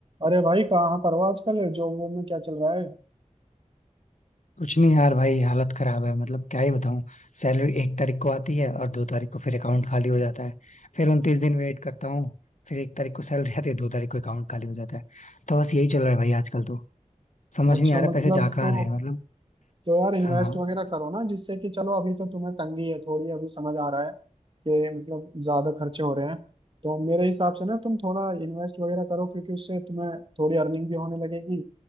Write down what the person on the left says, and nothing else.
कुछ नहीं यार भाई हालत खराब है मतलब क्या ही बताऊं सैलरी एक तारीख को आती है और दो तारीख को फिर अकाउंट खाली हो जाता है फिर उनतीस दिन वेट करता हूँ फिर एक तारीख को सैलरी आती है दो तारीख को अकाउंट खाली हो जाता है तो बस यही चल रहा है भाई आजकल तो समझ
नहीं आ रहा
पैसे जा कहाँ
रहे हैं मतलब
हाँ